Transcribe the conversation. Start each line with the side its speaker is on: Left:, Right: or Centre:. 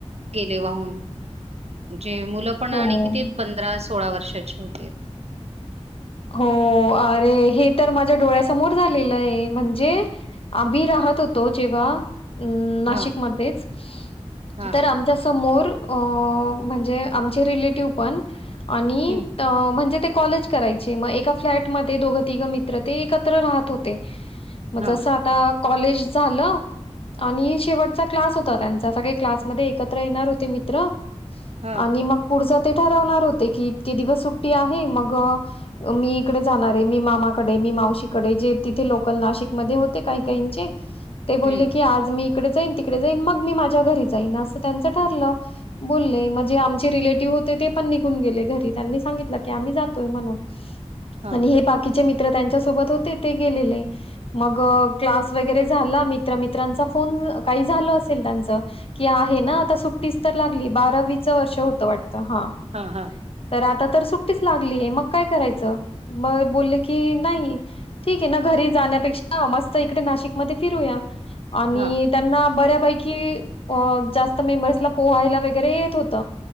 Right: गेले वाहून. चे मुलं पण
Left: हो.
Right: आणि किती पंधरा सोळा वर्षाची होते.
Left: हो अरे हे तर माझ्या डोळ्यासमोर झालेलंय म्हणजे आभी राहत होतो. जेव्हा अ् नाशिकमध्येच
Right: हा हा
Left: तर आमच्या समोर हो म्हणजे आमचे रिलेटिव पण आणि
Right: हम्म
Left: अ म्हणजे ते कॉलेज कराय ते मग एका फ्लॅट मध्ये दोघं, तिघ मित्र ते एकत्र राहत होते. मग
Right: हा
Left: जसं आता कॉलेज झालं, आणि शेवटचा क्लास होता त्यांचा सगळे क्लासमध्ये एकत्र येणार होते मित्र
Right: हा
Left: आणि मग पुढच ते ठरवणार होते की इतके दिवस सुट्टी आहे, मग मी इकडे जाणार आहे, मी मामाकडे, मी मावशीकडे जे तिथे लोक नाशिकमध्ये होते काही-काहींचे ते बोलले
Right: हम्म
Left: की आज मी इकडे जाईन, तिकडे जाईन मग मी माझे घरी जाईन अस त्यांच ठरलं बोलले, म्हणजे आमचे रिलेटिव्ह होते ते पण निघून गेले घरी त्यांनी सांगितलं की आम्ही जातोय म्हणून
Right: हा
Left: आणि हे बाकीचे मित्र त्यांच्या सोबत होते ते गेलेले, मग क्लास वगैरे झाला, मित्रामित्रांचा फोन काही झाल असेल त्यानच की आहे ना आता सुट्टीच तर बारावीच वर्ष होत वाढत, हां
Right: हा हा
Left: तर आता तर सुट्टीच लागली आहे. काय करायचं? मग बोलले की नाही ठीक आहे ना, घरी जाण्यापेक्षा मस्त इकडे नाशिकमध्ये फिरूया. आणि
Right: हा
Left: त्यांना बऱ्या पैकी जास्त मेंबर्सला पोहायला वगैरे येत होत.